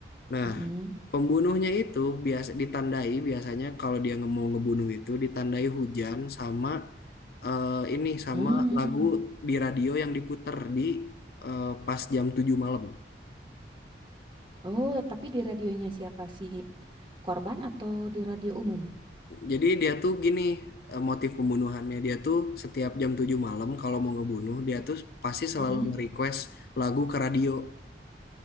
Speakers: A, on the left; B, on the right.
A: Nah,
B: Mm-mm.
A: pembunuhnya itu biasa ditandai biasanya kalau dia nge- mau ngebunuh itu ditandai hujan sama eh, ini sama
B: Hmm.
A: lagu di radio yang diputer di eh, pas jam 7 malam.
B: Oh, tapi di radionya siapa sih? Korban atau di radio umum?
A: Jadi dia tuh gini eh, motif pembunuhannya dia tuh setiap jam 7 malam kalau mau ngebunuh dia tuh pasti selalu
B: Mm-mm.
A: nge-request lagu ke radio.